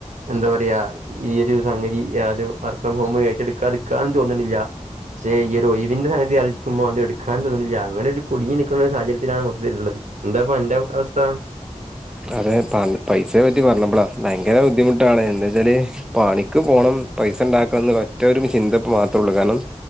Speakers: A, on the right; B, in the centre.
A: എന്താ പറയാ ഈഒരു സംഗതി യാരു വർക്ക് ഫ്രം ഹോം ഏറ്റെടുക്കാതിരിക്കാനും തോന്നുന്നില്ല. പക്ഷെ ഈ ഒരു ഒയിവിന്റെ സംഗതി ആലോചിക്കുമ്പോ അത് എടുക്കാനു തോണില്ല. അങ്ങനെ ഒരു കുടുങ്ങി നൽക്കണ ഒരു സാഹചര്യത്തിലാണ് മൊത്തത്തിലുള്ളത്. എന്താണിപ്പം നിന്റെ അവസ്ഥ?
B: അതെ പ പൈസയെ പറ്റി പറഞ്ഞപ്പോളാ ഭയങ്കര ബുദ്ധിമുട്ടാണ് എന്താ വച്ചാല് പണിക്ക് പോണം പൈസ ഉണ്ടാക്കണംന്ന് ഒറ്റ ചിന്ത മാത്രമള്ളൂ കാരണം